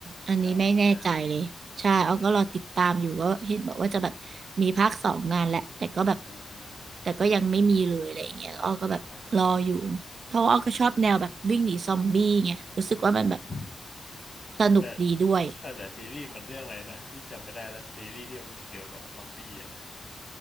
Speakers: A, on the right; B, on the left.
A: อันนี้ไม่แน่ใจเลย
B: เรานะ
A: ใช่เอาก็รอติดตามอยู่ก็เห็นบอกว่าจะแบบมีภาคสองนานแหละ
B: ได้
A: แต่ก็แบบ
B: อ่า
A: แต่ก็ยังไม่มีเลยอะไรอย่างเงี้ยอ้อก็แบบรออยู่
B: เดี๋ยวจะค่ะ
A: เพราะว่าอ้อก็ชอบแนวแบบวิ่งหนีซอมบี้ไงรู้สึกว่ามันแบบ
B: เดี๋ยวอืม
A: สนุกดีด้วย
B: แต่แต่แต่ซีรีส์มันเรื่องอะไรนะพี่จำไม่ได้แล้วซีรีส์ที่มันเกี่ยวกับซอมบี้อะนะ